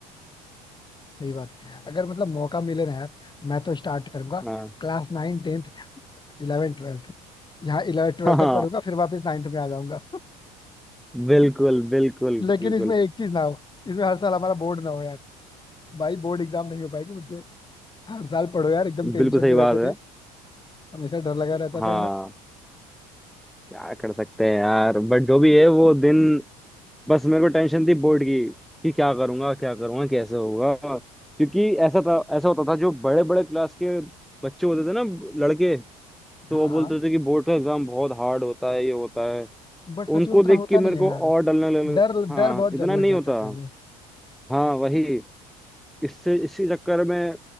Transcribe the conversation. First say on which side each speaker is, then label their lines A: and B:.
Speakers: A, on the left; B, in the centre.
A: सही बात है अगर मतलब मौका मिले ना यार मैं तो स्टार्ट करूंगा
B: हाँ
A: class nine tenth eleven twelfth यहाँ इलेवन ट्वेल्थ
B: <laughs>
A: तक
B: हाँ
A: पढ़ूंगा फिर वापस नाइन्थ में आ जाऊंगा
B: बिल्कुल बिल्कुल
A: लेकिन
B: बिल्कुल
A: इसमें एक चीज ना हो इसमें हर साल हमारा बोर्ड ना हो यार भाई बोर्ड एग्जाम नहीं हो पाएगी मुझसे हर साल पढ़ो यार एकदम
B: <laughs>
A: टेंशन
B: बिल्कुल सही
A: में रहते
B: बात है
A: थे हमेशा डर लगा रहता
B: हाँ
A: था यार
B: क्या कर सकते हैं यार बट जो भी है वो दिन बस मेरे को टेंशन थी बोर्ड की कि क्या करूंगा क्या करूंगा कैसे होगा क्योंकि ऐसा था ऐसा होता था जो बड़े बड़े क्लास के बच्चे होते थे ना लड़के
A: हाँ
B: तो वो बोलते
A: हाँ
B: थे कि बोर्ड का एग्जाम बहुत हार्ड होता है ये होता है
A: बट सच
B: उनको
A: में उतना
B: देख
A: होता
B: के मेरे
A: नहीं है
B: को
A: यार
B: और डलने लग
A: डर
B: हाँ
A: डर बहुत डर
B: इतना नहीं
A: लग जाता
B: होता
A: है पहले
B: हाँ वही इससे इसी चक्कर में